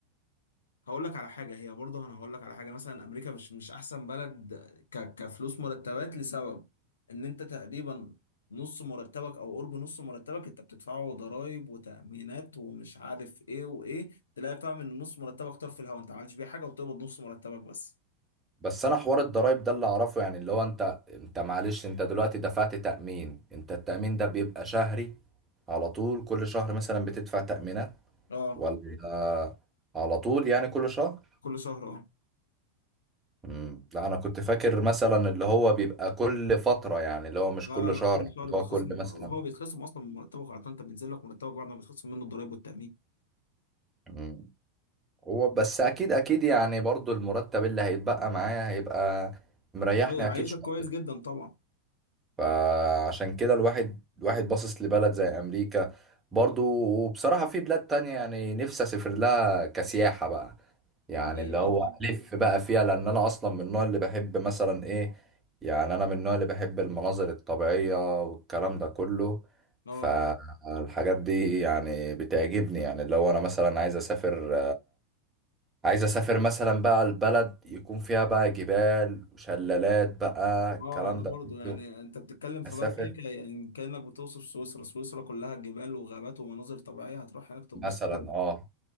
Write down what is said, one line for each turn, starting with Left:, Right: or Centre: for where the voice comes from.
Left: هقول لك على حاجة هي برضه أنا هقول لك على حاجة مثلا أمريكا مش مش أحسن بلد ك كفلوس مرتبات لسبب إن أنت تقريبا نص مرتبك أو قرب نص مرتبك أنت بتدفعه ضرايب وتأمينات ومش عارف إيه وإيه تلاقي فاهم إن نص مرتبك طار في الهوا أنت ما عملتش بيه حاجة وبتقبض نص مرتبك بس
Right: بس انا حوار الضرايب ده اللي اعرفه يعني اللي هو انت انت معلش انت دلوقتي دفعت تأمين انت التأمين ده بيبقى شهري على طول كل شهر مثلا بتدفع تأمينات
Left: أه
Right: ولا على طول يعني كل شهر
Left: كل شهر أه
Right: مم. لا انا كنت فاكر مثلا اللي هو بيبقى كل فترة يعني اللي هو مش
Left: لا
Right: كل
Left: لا
Right: شهر
Left: لا كل شهر
Right: اللي
Left: بيتخصم
Right: هو كل مثلا
Left: هو بيتخصم أصلا من مرتبك على طول أنت بينزل لك مرتبك بعد ما بيتخصم منه الضرايب والتأمين
Right: مم. هو بس اكيد اكيد يعني برضو المرتب اللي هيتبقى معايا هيبقى مريحني
Left: أه يعيشك
Right: اكيد شوية
Left: كويس جدا طبعا
Right: فعشان كده الواحد الواحد باصص لبلد زي امريكا برضو وبصراحة في بلاد تانية يعني نفسي اسافر لها كسياحة بقى يعني
Left: إيه
Right: اللي هو
Left: إيه طيب
Right: الف بقى فيها لان انا اصلا من النوع اللي بحب مثلا ايه يعني انا من النوع اللي بحب المناظر الطبيعية والكلام ده كله
Left: أه
Right: فالحاجات دي يعني بتعجبني يعني اللي هو انا مثلا عايز اسافر عايز اسافر مثلا بقى البلد يكون فيها بقى جبال وشلالات بقى الكلام
Left: اه انا
Right: ده
Left: برضو يعني
Right: كله
Left: انت بتتكلم في
Right: اسافر
Left: بقى كده كده يعني كانك بتوصف سويسرا سويسرا كلها جبال وغابات ومناظر طبيعيه هتروح هناك تتبسط
Right: مثلا
Left: أوي.
Right: اه